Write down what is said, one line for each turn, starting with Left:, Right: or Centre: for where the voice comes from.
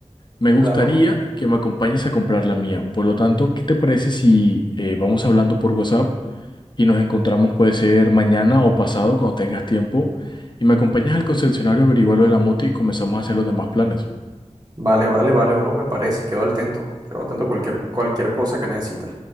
Left: me gustaría
Right: Claro.
Left: que me acompañes a comprar la mía. Por lo tanto, ¿qué te parece si eh, vamos hablando por WhatsApp y nos encontramos, puede ser mañana o pasado, cuando tengas tiempo, y me acompañas al concesionario a averiguar lo de la moto y comenzamos a hacer los demás planes?
Right: Vale, vale, vale, bro, me parece. Quedo al tanto. Quedo atento a cualquier, cualquier cosa que necesites.